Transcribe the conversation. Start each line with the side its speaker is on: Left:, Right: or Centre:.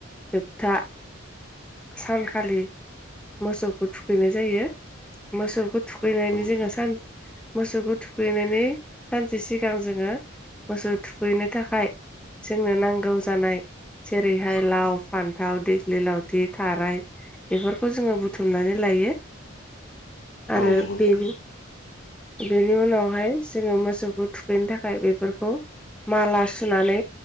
Centre: जोबथा सानखालि मोसौखौ थुखैनाय जायो मोसौखौ थुखैनानै
Left: नंगौ नोंथां
Centre: जोङो सान मोसौखौ थुखैनायनि सानसे सिगां जोङो मोसौ थुखैनो थाखाय जोंनो नांगौ जानाय जेरैहाय लाव फान्थाव देग्लि लाव थि थाराय बेफोरखौ जोङो बुथुमनानै लायो आरो
Left: औ नंगौ नोंथां
Centre: बेनि बेनि उनावहाय जोङो मोसौखौ थुखैनो थाखाय बेफोरखौ माला सुनानै